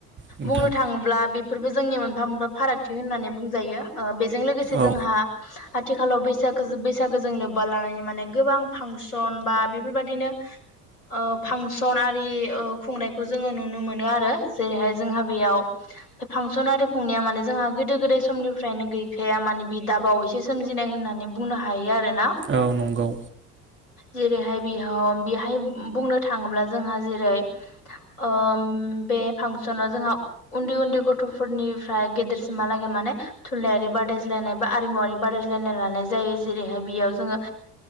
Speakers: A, on the right; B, on the left.
A: नोंथां
B: बुंनो थाङोब्ला बेफोरबो जोंनि मोनफा मोनफा फारागथि होननानै बुंजायो बेजों लोगोसे
A: औ
B: जोंहा आथिखालाव बैसागो बैसागोजों लोब्बा लानानै माने गोबां फां सन बा बेफोरबादिनो ओ फांसन आरि ओ खुंनायखौ जोङो नुनो मोनो आरो जेरैहाय जोंहा बेयाव बे फांसन आरो खुंनाया माने जोंहा गोदो गोदाय समनि फ्रायनो गैखाया माने बे दाबावैसे सोमजिनाय होननानै बुंनो हायो आरोना।
A: औ नंगौ।
B: जेरैहाय बेहाव बेहाय बुंनो थाङोब्ला जोंहा जेरै ओ उम बे फांसनाव जोंहा उन्दै उन्दै गथ'फोरनिफ्राय गेदेरसिमहालागै माने थुनलाायारि बादायज्लायनाय बा आरिमुवरारि बादायज्लायनाय लानाय जायो जेरैहाय बेयाव जोङो